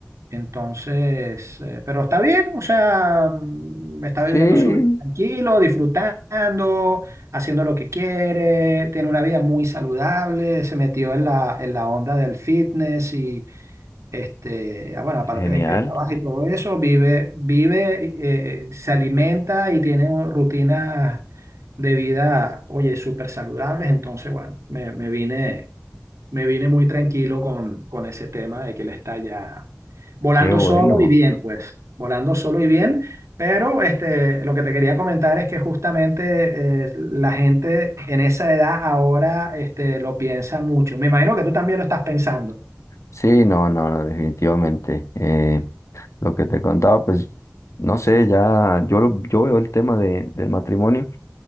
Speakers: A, on the right (about 90°); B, on the left (about 80°).
A: entonces, eh, pero está bien, o sea, mm, está viviendo
B: Sí,
A: su vida tranquilo, disfrutando, haciendo lo que quiere, tiene una vida muy saludable, se metió en la, en la onda del fitness y, este, ah, bueno, aparte
B: genial.
A: de que trabaja y todo eso, vive, vive, eh, eh, se alimenta y tiene rutinas de vida, oye, súper saludables. Entonces, bueno, me, me vine, me vine muy tranquilo con, con ese tema de que él está ya volando
B: Qué bueno.
A: solo y bien, pues, volando solo y bien. Pero este, lo que te quería comentar es que justamente eh, la gente en esa edad ahora este, lo piensa mucho. Me imagino que tú también lo estás pensando.
B: Sí, no, no, no, definitivamente. Eh, lo que te contaba, pues, no sé, ya, yo, lo- yo veo el tema de, del matrimonio.